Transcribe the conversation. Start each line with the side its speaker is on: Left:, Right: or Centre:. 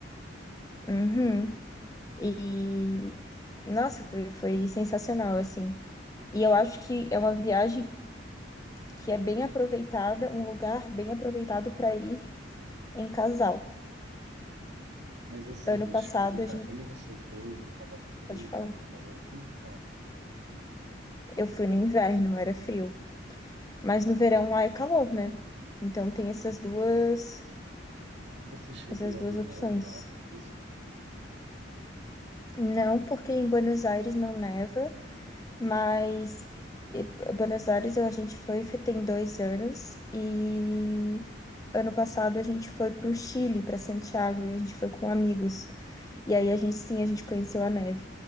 Left: Uhum. E, nossa, foi, foi sensacional, assim. E eu acho que é uma viagem que é bem aproveitada, um lugar bem aproveitado para ir em casal.
Right: Mas assim,
Left: Ano
Right: deixa
Left: passado
Right: eu te perguntar,
Left: a gente,
Right: quando você foi, tava frio,
Left: pode falar,
Right: tava calor, como que tava?
Left: eu fui no inverno, era frio, mas no verão lá é calor, né? Então tem essas duas,
Right: Você chegou
Left: essas
Right: a
Left: duas
Right: ver
Left: opções.
Right: neve lá, tá isso?
Left: Não porque em Buenos Aires não neva, mas eh, Buenos Aires eu- a gente foi tem dois anos e ano passado a gente foi para o Chile, para Santiago e a gente foi com amigos. E aí a gente sim, a gente conheceu a neve.